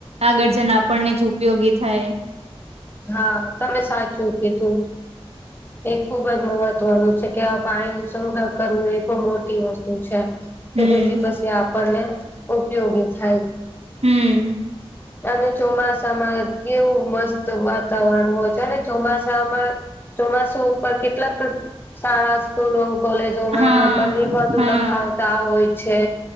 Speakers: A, on the right; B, on the left.
A: આગળ જન આપણને જ ઉપયોગી થાય.
B: હા તમે સાચું કીધું. એ ખુબ જ મહત્વનું છે કે આ પાણી નું સંગ્રહ કરવું એ બહું મોટી વસ્તુ છે. કે
A: હમ
B: જેથી પછી આપણને ઉપયોગી થાય.
A: હમ્મ.
B: અને ચોમાસામાં કેવું મસ્ત વાતાવરણ હોય છે. અને ચોમાસામાં ચોમાસું ઉપર કેટલાક શાળા સ્કૂલો, કોલેજોમાં
A: હા
B: નિબંધો
A: હા
B: લખાવતા હોય છે.